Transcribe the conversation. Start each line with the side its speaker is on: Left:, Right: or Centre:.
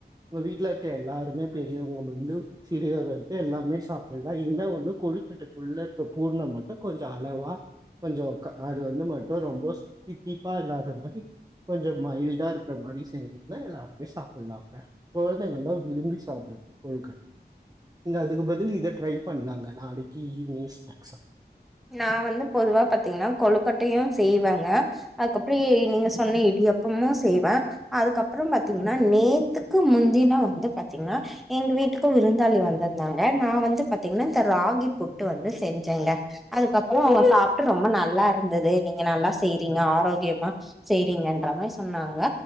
Right: உங்க வீட்டுல இருக்ர எல்லாருமே பெரியவங்களுர்ந்து சிறியவர்க வரைக்கோ எல்லாருமே சாப்பிட்லா இன்னா ஒன்னு கொழுக்கெட்டுக்குள்ள இருக்க பூர்ணம் மட்டும் கொஞ்சோ அளவா கொஞ்சோ க அது வந்து மட்டூ ரொம்ப தித்திப்பா இல்லாத மாரி கொஞ்சோ மைல்டா இருக்கிற மாரி செஞ்சுட்டுன்னா எல்லாருமே சாப்பிட்லாங்க குழந்தைக்கலூ விரும்பி சாப்பிடூ கொழுக்கட் இந்த அதுக்கு பதில் இத ட்ரை பண்லாங்க நாளைக்கு ஈவினிங் ஸ்நேக்ஸா
Centre: நா வந்து பொதுவா பாத்தீங்ன்னா கொழுக்கட்டையூ செய்வேங்க அதுக் அப்புறோ நீங்க சொன்ன இடியப்பமூ செய்வே அதுக்கு அப்புறம் பாத்தீங்ன்னா நேத்துக்கு முந்தினோ வந்து பாத்தீங்ன்னா எங்க வீட்டுக்கூ விருந்தாளி வந்திருந்தாங்க நா வந்து பாத்தீங்கன்னா இந்த ராகி புட்டு வந்து செஞ்சேங்க அதுக்கு அப்புறம் அவங்க சாப்ட்டு ரொம்ப நல்லா இருந்தது நீங்க நல்லா செய்றீங்க ஆரோக்கியமா செய் அப்படிங்குன்ற மாரி சொன்னாங்க